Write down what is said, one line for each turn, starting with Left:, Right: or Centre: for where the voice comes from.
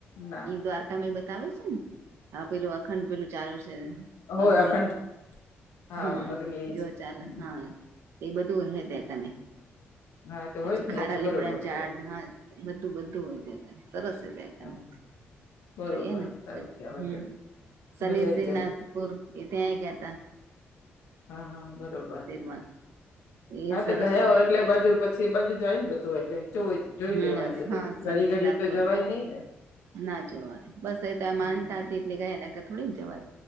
Left: ના
Right: ઈ દ્વારકામાં બતાવે છે ને હા પેલું અખંડ પેલું ચાલુ છે
Left: હોય
Right: અગ્નિ.
Left: અખંડ હા
Right: હમ્મ
Left: અગ્નિ એ
Right: જો
Left: જ
Right: ચાલ
Left: હમ, હમ.
Right: હા એ બધું હે તને.
Left: હા તો
Right: પછી
Left: હોય જ
Right: ખારા
Left: ને એ તો
Right: લીમડા
Left: બરોબર
Right: ચાડ
Left: છે
Right: હા બધું બધું હોય ત સરસ
Left: <inaudible>
Right: કને
Left: બરોબર
Right: જોઈએ ને
Left: સારું કેવાય
Right: હમ શનિ
Left: મજા આઈ
Right: શ્રીનાથપુર
Left: જાય
Right: એ ત્યાંય ગયા હતા.
Left: હા હા બરોબર.
Right: માં એ
Left: હા
Right: સરસ
Left: તો ગયા
Right: છે
Left: હોય
Right: ત્યાં
Left: એટલે
Right: કરીને
Left: બાજુ પછી એ બાજુ જાય ને બધું એટલે જોવું જઈએ. જોઈ
Right: હમ
Left: લેવાય બધું
Right: હા શનિસિનાથપુર
Left: ઘડી ઘડી તો જવાય નહી.
Right: ના જવાય બસ અ તો આ
Left: હમ
Right: માનતા હતી એટલે ગય ને તો થોડીને જવાય.